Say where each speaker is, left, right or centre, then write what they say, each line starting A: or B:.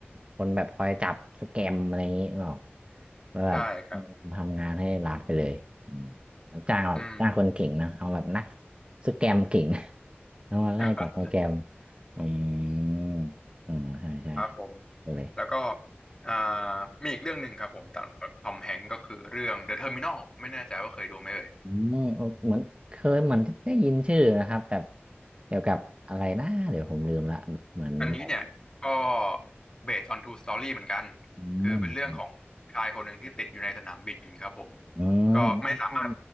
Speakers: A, on the right; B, on the left.
A: คนแบบคอยจับสแกมอะไรอย่างนี้เปล่าแล้วแบบ
B: ใช่ครับ
A: ทำงานให้รัฐไปเลยอืมจ้างแบบจ้างคนเก่งนะเอาแบบนัก
B: อืม
A: สแกมเก่ง <laughs> แล้วมาไล่จับสแกม
B: <laughs>
A: อืมอืมใช่ใช่ใช่ไปเลย
B: ครับผมแล้วก็อ่ามีอีกเรื่องหนึ่งครับผมตามทอมแฮงก์ก็คือเรื่อง The Terminal ไม่แน่ใจว่าเคยดูไหมเอ่ย
A: อืมเออเหมือนเคยเหมือนได้ยินชื่อนะครับแบบเกี่ยวกับอะไรนะเดี๋ยวผมลืมละเหมือนแบบ
B: อันนี้เนี่ยก็ based on true story เหมือนกัน
A: อืม
B: คือเป็นเรื่องของชายคนหนึ่งที่ติดอยู่ในสนามบินครับผม
A: อื
B: ก็ไม่สามารถ
A: ม